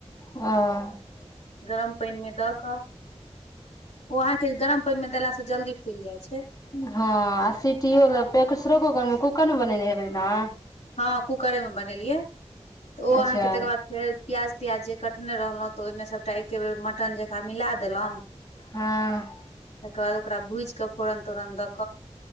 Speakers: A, on the left; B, on the left.
A: औ।
B: गरम पाइन मे दऽ कऽ ओ अहाँके गरम पाइन मे देला से जल्दी फुल जाइ छै।
A: हां आ सिटियो लै प्रेकसुरो कुकर मे, कुकर मे बनेने हेबै नै?
B: हां कूकरे मे बनेलियै तऽ ओ
A: अच्छा
B: अहाँके तकर बाद फेर प्याज-त्याज जे कटने रहलौ तऽ ओयमें सबटा एके बेर मटन जकाँ मिला देलौ।
A: हां।
B: तकर बाद ओकरा भुज कै फोरन-तोरन दऽ